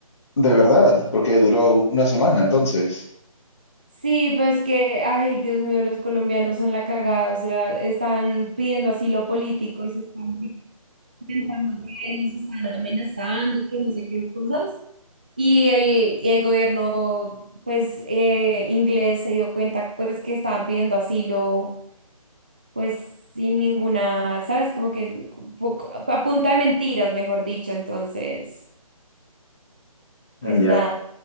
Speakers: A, on the left; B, on the right.
A: De verdad, porque duró una semana entonces.
B: Sí, pero es que, ay, Dios mío, los colombianos son la cagada, o sea, están pidiendo asilo político y se están inventando que los están amenazando, que no sé qué cosas. Y el, y el gobierno, pues, eh, inglés se dio cuenta, pues, que estaban pidiendo asilo pues sin ninguna, ¿sabes? Como que po- a punta de mentiras, mejor dicho. Entonces, pues
A: Ya,
B: nada,